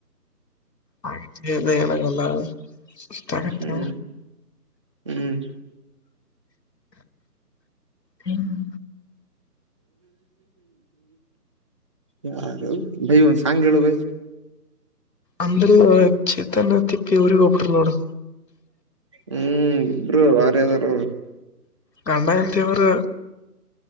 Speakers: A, on the left; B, on the right.
A: ಆ ಅ ಹೇಳಾಗಲ್ಲ ಇಷ್ಟ ಆಗತ್ತೆ
B: ಹ್ಮ್ ಹ್ಮ್
A: ಹ್ಮ್
B: ಯಾರ ಭೈ ಒ ಸಲ್ಲ ಬ
A: ಅಂದ್ರ ಚೇತನ್ ತಿಪ್ಪಿವ್ರಗ್ ಹೋಗಬಿಟ್ರರು ನೋಡು
B: ಹ್ಮ್ ಇಬ್ರು ವರ್ಯದಾರ
A: ಕಂಡಾಯತವರು